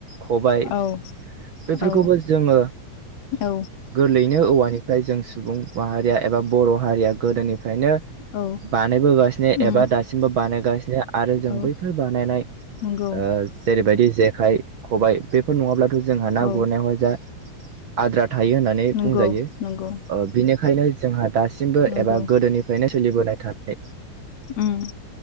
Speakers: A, on the right; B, on the left.
A: खबाय
B: औ
A: बेफोरखौबो
B: औ
A: जोङो
B: औ
A: गोरलैयैनो औवानिफ्राय जों सुबुं माहारिया एबा बर' हारिया गोदोनिफ्रायनो
B: औ
A: बानायबोगासिनो
B: उम
A: एबा दासिमबो बानाय आरो जों
B: औ
A: बैफोर बानायनाय
B: नंगौ
A: जेरैबायदि जेखाइ खबबाय बेफोर नङाब्लाथ' जोंहा ना
B: औ
A: गुरनायावहाय जा आद्रा थायो होननानै
B: नंगौ
A: बुंजायो
B: नंगौ
A: बिनि ओंखायनो जोंहा दासिमबो
B: नंगौ
A: एबा गोदोनिफ्रायनो सोलिबोनाय थानाय
B: उम